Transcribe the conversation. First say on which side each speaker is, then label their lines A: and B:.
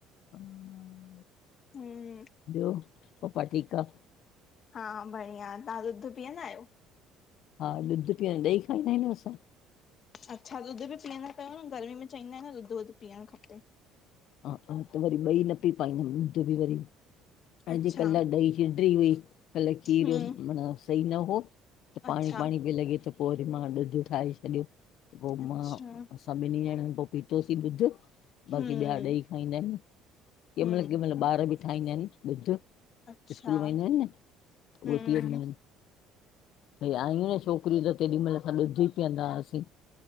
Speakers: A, on the left (about 55°); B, on the left (about 35°).
A: हा,
B: हम्म
A: ॿियो, पपा ठीकु आ?
B: हा बढ़िया, तव्हां ॾुध पीअंदा आहियो?
A: हा ॾुध पीअं ॾई खाईंदा आहियूं न असां।
B: अच्छा ॾुध बि पीअंदा कयो न गर्मी में चइंदाइन न ॾुध वुध पीअणु खपे।
A: हा हा त वरी ॿई न पी पाईंदमि ॾुध बि वरी अॼ
B: अच्छा
A: कल ॾही शिड्री हुई कल्ह खीर
B: हम्म
A: माना सही न हो, त पाणी
B: अच्छा
A: पाणी पई लॻे त पो वरी मां ॾुधु ठाहे छॾियो त पो
B: अच्छा
A: मां असां ॿिनी ॼणनि पो पीतोसीं डुधु।
B: हम्म
A: बाक़ी ॿिया ॾई खाईंदा आहिनि। कंहिंमहिल
B: हम्म
A: कंहिंमहिल ॿार बि ठाहींदा आहिनि डुधु
B: अच्छा
A: स्कूल मां ईंदा आइनि न, उहे
B: हम्म
A: पी्ंदा आइन। भई आहियूं न छोकिरियूं त तेॾीमहिल ॾुध ई पीअंदा हुआसीं।